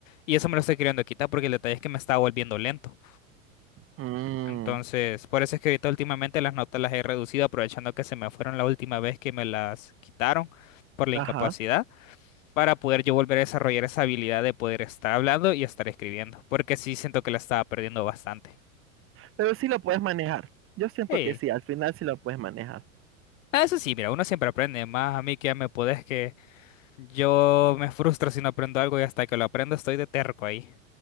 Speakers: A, on the left; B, on the right.
A: Y eso me lo estoy queriendo quitar porque el detalle es que me estaba volviendo lento.
B: Mm,
A: Entonces, por eso es que ahorita últimamente las notas las he reducido aprovechando que se me fueron la última vez que me las quitaron por la
B: ajá.
A: incapacidad. para poder yo volver a desarrollar esa habilidad de poder estar hablando y estar escribiendo, porque sí siento que la estaba perdiendo bastante.
B: Pero sí lo puedes manejar. Yo siento
A: Sí.
B: que sí, al final sí lo puedes manejar.
A: Ah, Eso sí, mira, uno siempre aprende, más a mí que ya me podés que yo me frustro si no aprendo algo y hasta que lo aprendo estoy de terco ahí.